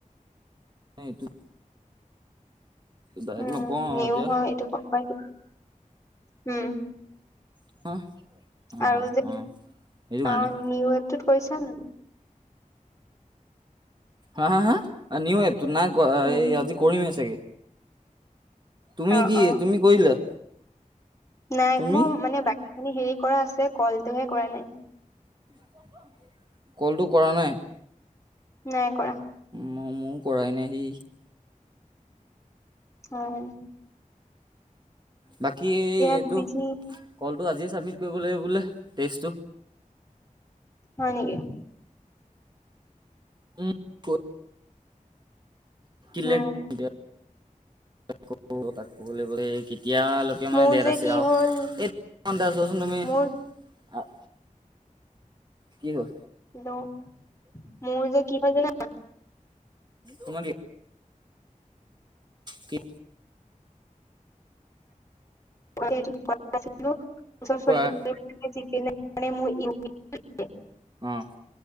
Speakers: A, on the right; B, on the left.
A: ন এটোত ডাইৰেক্ট
B: উম
A: নকওঁ আৰু
B: নিও
A: এতিয়া
B: হয় এইটো গম পাইচো উম
A: <unintelligible>
B: আৰু যে
A: অ', সেইটো কাৰণে
B: অ নিউ এপটোত কৰিছা নাই
A: হা? হা? হা? A new app? তোমাৰ গই,
B: উম,
A: এই আজি কৰিমেই চাগে। তুমি
B: অ',
A: কি,
B: অ',
A: তুমি কৰিলা?
B: নাই।
A: তুমি
B: মোৰ মানে বাকী খিনি হেৰি কৰা আছে। কলটোহে কৰা নাই।
A: <inaudible> কলটো কৰা নাই?
B: নাই কৰা।
A: ময়ো কৰাই নাই হেই সি
B: অহ।
A: বাকী এই
B: ইয়াত
A: এইটো,
B: বিজি
A: কলটো আজিয়ে ছাবমিট কৰিব লাগিব বোলে? টেষ্টটো?
B: হয় নেকি?
A: উম', ফুট <unintelligible>
B: উম
A: কেতিয়া মানে
B: মোৰ
A: দেত
B: যে
A: আছে
B: কি
A: আৰু,
B: হ'ল
A: আহ <unintelligible> চোৱাচোন তুমি।
B: মোৰ
A: আহ কি হ'ল
B: হেল' মোৰ যে কি হয় জানা?
A: তোমাক এই কি?
B: <unintelligible>
A: কোৱা অ',